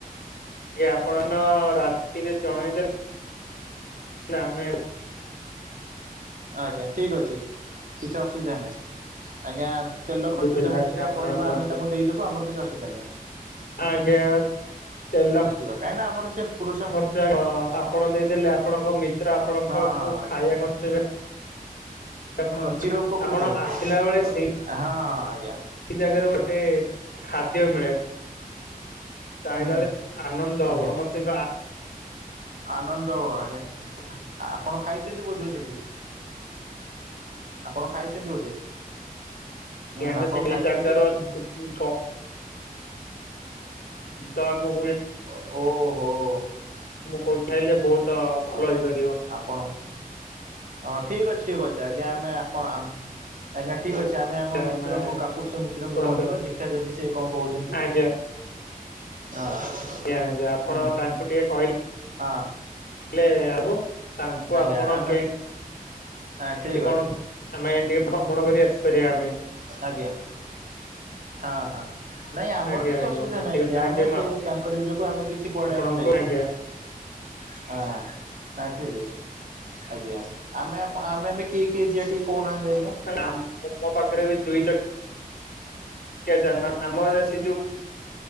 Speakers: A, on the left; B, on the right.
A: <unintelligible> ହେଲେ ଆମେ
B: ଆଜ୍ଞା ଠିକ ଅଛି କିଛି ଅସୁବିଧା ନାହିଁ। ଆଜ୍ଞା ତେଲ
A: ସବୁ
B: ଖର୍ଚ୍ଚ
A: ଦେଲେ
B: ଯାହା
A: ଆଜ୍ଞା
B: ଟିକେ
A: ଆପଣ
B: ପଡିବ
A: ଆଗ
B: ଆମେ
A: ଆଜ୍ଞା
B: ତାଙ୍କୁ ଦେଇଦବୁ ଆମର କିଛି ଅଶୁବିଧା ନାହିଁ।
A: ଆଜ୍ଞା ତେଲ
B: କିବା କାହିଁନା ଆମର ସେ ପୁରୁଷ ହଁ
A: ଖର୍ଚ୍ଚ ଆପଣ ଦେଇଦେଲେ ଆପଣଙ୍କ ମିତ୍ର ଆପଣଙ୍କ
B: ହଁ
A: କୁ
B: ଆଜ୍ଞା।
A: ଖାଇବା ଖର୍ଚ୍ଚ ବେ ଆପଣ୍
B: ଓ ଚିର ଉପକୃତ
A: ଆପଣ
B: ହଁ
A: ଆସିଲା ବେଳେ ସେଇ ସେଇ
B: ହଁ ଆଜ୍ଞା
A: ଜାଗାରେ ଗୋଟେ ଖାଦ୍ୟ ମିଳେ। ତା
B: ହୁଁ
A: ହିଲା ବେଳେ ଆନନ୍ଦ
B: ଆଜ୍ଞା।
A: ହବ ମଚିତା
B: ଆନନ୍ଦ ହବ ଆଜ୍ଞା ଆପଣ ଖାଇଚନ୍ତି ବୋଧେ ସେଠି? ଆପଣ ଖାଇଚନ୍ତି ବୋଧେ? ହୁଁ
A: କି ଆମେ
B: ଆପଣ
A: ସେଇ
B: ଖାଇଛନ୍ତି
A: ଜାଗାର।
B: ଆଉ
A: <unintelligible> ତମ
B: ଓହୋ
A: କହୁଛାଇଲେ ବହୁତ
B: ହଁ।
A: ଭଲ ହେଇପାରିବ।
B: ଆପଣ ହଁ ଠିକ୍ ଅଛି ବଛା ଆଜ୍ଞା ଆମେ ଆପଣ ଆ ଆଜ୍ଞା ଠିକ୍ ଅଛି ଆମେ ଆମ
A: ଆମେ
B: ମିତ୍ରଙ୍କୁ କାପୁରୁଷ ମିତ୍ରଙ୍କୁ
A: କୁହନ୍ତୁ
B: କହିବା ଦେଖିବା ଯଦି ସେ କଣ କହୁଛନ୍ତି?
A: ଆଜ୍ଞା
B: ହଁ
A: ଆଞ୍ଜା ଆପଣ
B: ହୁଁ
A: ତାଙ୍କୁ ଟିକେ କହିଲେ
B: ହଁ।
A: ହେଲେ ଆବୁ ତାଙ୍କୁ
B: ଆଜ୍ଞା
A: ଆପଣ
B: ଆମେ
A: କେ ମ୍
B: ହଁ ଠିକ୍
A: କେମତି କଣ
B: ଅଛି
A: ଆମେ ଟିକେ ଭ୍ରମଣ କରି ଆସି ପାରିବା ଆମେ।
B: ଆଜ୍ଞା। ହଁ ହଁ। ନାଇଁ ଆମର
A: ଆଜ୍ଞା
B: କିଛି
A: ଆଜ୍ଞା
B: ଅସୁବିଧା
A: ଯତି
B: ନାହିଁ
A: କଥା
B: କି ଆମେ
A: ଆଜ୍ଞା ମୁଁ
B: ସେ ତାଙ୍କରି ଯୋଗୁ ଆମେ କିଛି କୁଆଡେ
A: ଆପଣଙ୍କୁ
B: ଆମେ ଯାଇପାରୁନ।
A: ଆଜ୍ଞା
B: ଆ ଆ ଠିକ୍ ଅଛି। ଆଜ୍ଞା ଆମେ ଆପ ଆମେ ଆମେ ଏବେ କିଏ କିଏ ଯିବା ଟିକେ କହୁନାହାନ୍ତି ଆଜ୍ଞା?
A: ଆମ୍ ମୋ ପାଖରେ ବି ଦୁଇ ଚ ଚାକିଆ ଯାନ ଆମ ସେ ଯୋଉ